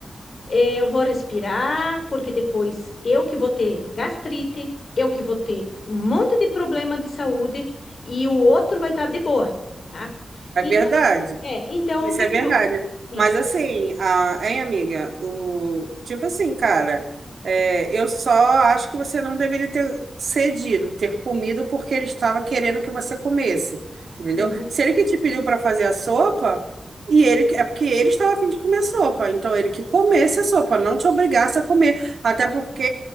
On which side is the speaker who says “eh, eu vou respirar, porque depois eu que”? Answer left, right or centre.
Left